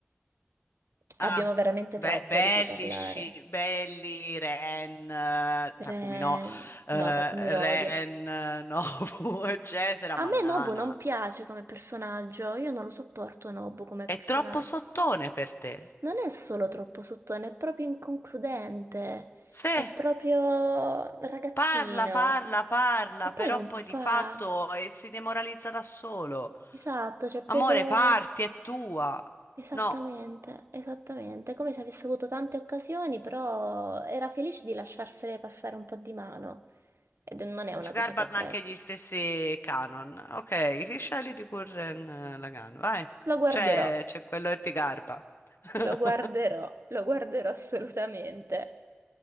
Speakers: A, on the left (about 60°); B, on the right (about 75°).
A: Ah,
B: abbiamo veramente
A: be-
B: troppo
A: belli,
B: di cui parlare.
A: Sci- belli, Ren, eh, Takumi
B: Ren,
A: no, eh,
B: no, Takumi lo
A: Ren,
B: odio.
A: eh, Nobu, <laughs> eccetera, ma
B: A me
A: Nana.
B: Nobu non piace come personaggio, io non lo sopporto Nobu come
A: È
B: personaggio.
A: troppo sottone per te.
B: Non è solo troppo sottone, è proprio inconcludente,
A: Se
B: è proprio ragazzino.
A: parla, parla, parla,
B: E poi
A: però
B: non
A: poi
B: fa.
A: di fatto eh, si demoralizza da solo.
B: Esatto, c'è
A: Amore,
B: poco...
A: parti, è tua.
B: Esattamente,
A: No,
B: esattamente, È come se avesse avuto tante occasioni, però era felice di lasciarsele passare un po' di mano. Ed non è una
A: ci
B: cosa
A: garbano
B: che apprezzo.
A: anche gli stessi canon. Ok, chi scegli di Gurren eh, Lagann? Vai.
B: Lo guarderò.
A: C'è c'è quello che ti garba. <laughs>
B: Lo guarderò, lo guarderò assolutamente.